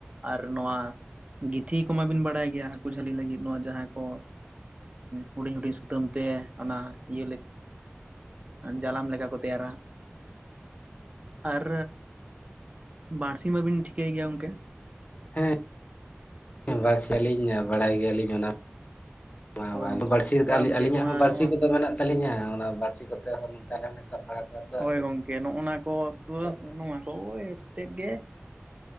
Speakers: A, on the right; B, on the left.
A: ᱟᱨ ᱱᱚᱣᱟ ᱜᱤᱛᱷᱤ ᱠᱚᱢᱟᱵᱤᱱ ᱵᱟᱲᱟᱭ ᱜᱮᱭᱟ ᱦᱟᱹᱠᱩ ᱡᱷᱟᱹᱞᱤ ᱞᱟᱹᱜᱤᱫ ᱱᱚᱣᱟ ᱡᱟᱦᱟᱸᱭ ᱠᱚ ᱦᱩᱰᱤᱧ ᱦᱩᱰᱤᱧ ᱥᱩᱛᱟᱹᱢ ᱛᱮ ᱚᱱᱟ ᱤᱭᱟᱹ ᱞᱮ ᱡᱟᱞᱟᱢ ᱞᱮᱠᱟ ᱠᱚ ᱛᱮᱭᱟᱨᱟ᱾ ᱟᱨ ᱵᱟᱲᱥᱤ ᱢᱟᱵᱤᱱ ᱴᱷᱤᱠᱟᱹᱭ ᱜᱮᱭᱟ ᱜᱚᱝᱠᱮ
B: ᱦᱮᱸ ᱵᱟᱲᱥᱤ ᱞᱤᱧ ᱵᱟᱲᱟᱭ ᱜᱮᱭᱟ ᱞᱤᱧ ᱚᱱᱟ ᱵᱟᱝ
A: ᱦᱳᱭ
B: ᱵᱟᱝ
A: ᱜᱚᱝᱠᱮ
B: ᱵᱟᱹᱲᱥᱤ
A: ᱦᱳᱭ ᱜᱚᱝᱠᱮ
B: ᱟᱹᱞᱤᱧᱟᱜ
A: ᱱᱚᱣᱟ
B: ᱦᱚᱸ ᱵᱟᱹᱲᱥᱤ
A: ᱱᱚᱣᱟ
B: ᱠᱚᱫᱚ ᱢᱮᱱᱟᱜ ᱛᱟᱞᱤᱧᱟ ᱚᱱᱟ ᱵᱟᱹᱲᱥᱤ ᱠᱚᱛᱮ ᱦᱚᱸ ᱱᱚᱛᱮ ᱟᱞᱮ ᱦᱚᱸᱞᱮ ᱥᱟᱵ ᱵᱟᱲᱟ ᱠᱚᱣᱟ᱾ ᱛᱚ
A: ᱦᱳᱭ
B: ᱦᱟᱹᱠᱩ
A: ᱜᱚᱢᱠᱮ ᱱᱚᱜᱼᱱᱟ ᱠᱚ ᱯᱟᱥ
B: ᱠᱚᱫᱚ
A: ᱱᱚᱣᱟ ᱠᱚ ᱳᱭᱛᱮᱫ ᱜᱮ